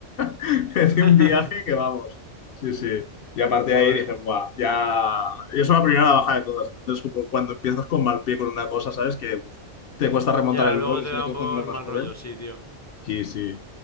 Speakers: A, on the left; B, on the left.
A: <laughs>
B: <laughs>
A: de un viaje que vamos. Sí, sí. Y aparte
B: Joder.
A: de ahí dije, guau, ya. Y eso es la primera baja de todas. Entonces, como cuando empiezas con mal pie con una cosa, ¿sabes? Que uf, te cuesta remontar
B: Ya,
A: el
B: luego
A: vuelo, y
B: te
A: sobre
B: da
A: todo
B: un poco
A: cuando eres
B: el
A: más
B: mal
A: joven.
B: rollo, sí, tío.
A: Sí, sí.